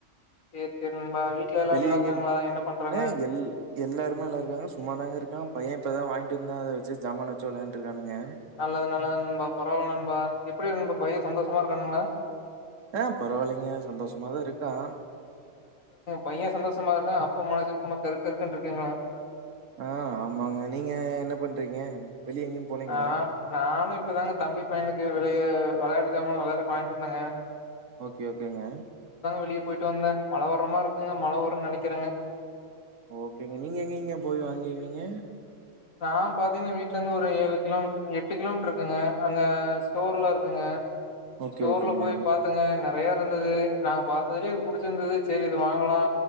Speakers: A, on the left; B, on the right.
A: சேரி சேரி நண்பா வீட்ல எல்லா
B: வெளிய
A: நல்லா இருக்காங்களா
B: எங்கயும்
A: என்ன பண்றாங்க
B: எல் எல்லாருமே நல்லா இருக்காங்க சும்மாதாங்க இருக்காங்க பையன் இப்பதா வாங்கி அத வெச்சு சாமானா வெச்சு விளையாட்டு இருக்கானுங்க
A: நல்லது நல்லது நண்பா பரவால்ல நண்பா எப்டி நண்பா பையன் சந்தோஷமா இருக்கானுங்களா
B: ஆஹ் பரவாயில்லைங்க சந்தோஷமாதா இருக்கான்
A: பையே சந்தோஷமா இருக்கா அப்பா மனசு சும்மா கருக் கருக்குன்னு இருக்கீங்களா
B: ஆஹ் ஆமாங்க நீங்க என்ன பண்றீங்க வெளிய எங்கேயும் போலீங்களா?
A: ஆஹ் நானு இப்பதாங்க தம்பி பையனுக்கு வெளிய விளையாட்டு ஜாமான விளையாட்றதுக்கு வாங்கிட்டு வந்தங்க
B: ஓகே ஓகேங்க
A: வெளிய போயிட்டு வந்த மழை வர்ற மார் ருக்குங்க மழ வருன் நெனக்கிறேங்க
B: ஓகேங்க நீங்க எங்கங்க போய் வாங்குவீங்க
A: நா பாத்தீங்னா வீட்லேந்து ஒரு ஏழு கிலோமீட்டர் எட்டு கிலோமீட்ருக்குங்க அங்க ஸ்டோர்ல இருக் குங்க
B: ஓகே
A: ஸ்டோர்ல
B: ஓகேங்க.
A: போய் பாத்துங்க நறைய இருந்துது நாங்க பாத்ததுலயே புடிச்சிருந்துது சேரி இது வாங்கலா